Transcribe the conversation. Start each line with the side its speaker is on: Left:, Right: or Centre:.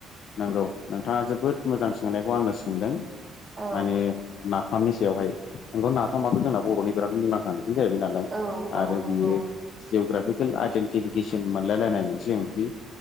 Left: नंगौ नोंथाङा जोबोद मोजां सोंनायखौ आंनो सोंदों
Right: औ
Left: माने नाफामनि सायावहाय बेखौ नाफामाथ' जोंना बर'नि बिराद मुंदांखा बि जाहैबाय नालाय
Right: औ औ
Left: आरो
Right: नंगौ
Left: बियो जिअ'ग्राफिकेल आइडेन्टिफिकेसन मोनलायलायनाय मोनसे ओंख्रि